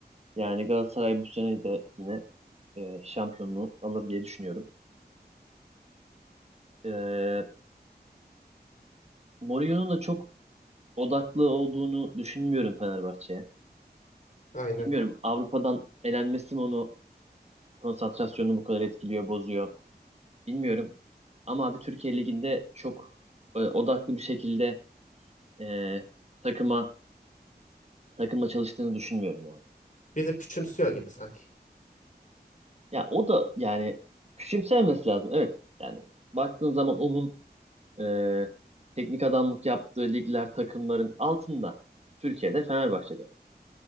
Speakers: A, on the right; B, on the left.
A: Yani Galatasaray bu sene de yine e, şampiyonluğu alır diye düşünüyorum. E, Mourinho'nun da çok odaklı olduğunu düşünmüyorum Fenerbahçe'ye.
B: Aynen.
A: Bilmiyorum Avrupa'dan elenmesi mi onu konsantrasyonunu bu kadar etkiliyor, bozuyor. Bilmiyorum. Ama abi Türkiye Ligi'nde çok e, odaklı bir şekilde e, takıma takımla çalıştığını düşünmüyorum yani.
B: Bizi küçümsüyor gibi sanki.
A: Ya o da yani küçümsemesi lazım. Evet. Yani baktığın zaman onun e, teknik adamlık yaptığı ligler takımların altında. Türkiye'de Fenerbahçe'de.